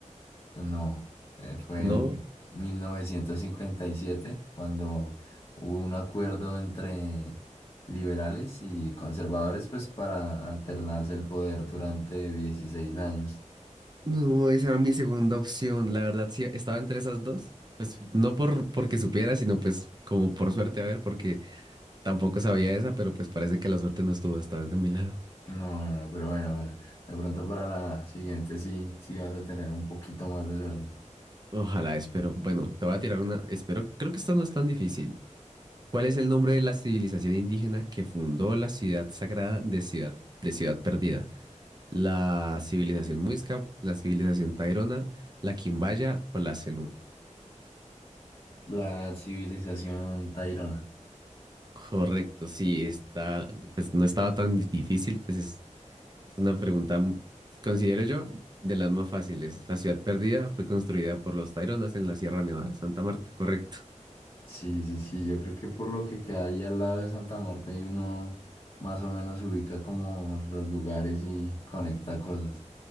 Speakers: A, on the left; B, on the right.
A: No, eh, fue
B: No,
A: en 1957 cuando hubo un acuerdo entre liberales y conservadores pues para alternarse el poder durante 16 años.
B: No, esa era mi segunda opción. La verdad, sí, estaba entre esas dos. Pues no por porque supiera, sino pues como por suerte, a ver, porque tampoco sabía esa, pero pues parece que la suerte no estuvo esta vez de mi lado.
A: No, no, no, pero bueno, bueno. De pronto para la siguiente sí, sí vas a tener un poquito más de suerte.
B: Ojalá, espero. Bueno, te voy a tirar una. Espero, creo que esta no es tan difícil. ¿Cuál es el nombre de la civilización indígena que fundó la ciudad sagrada de Ciudad, de Ciudad Perdida? ¿La civilización Muisca, la civilización Tairona, la Quimbaya o la Zenú?
A: La civilización Tairona.
B: Correcto, sí, está, pues no estaba tan difícil, pues es, es una pregunta, mm, considero yo, de las más fáciles. La ciudad perdida fue construida por los Taironas en la Sierra Nevada de Santa Marta, correcto.
A: Sí, sí, sí. Yo creo que por lo que queda ahí al lado de Santa Marta y uno más o menos ubica como los lugares y conecta cosas.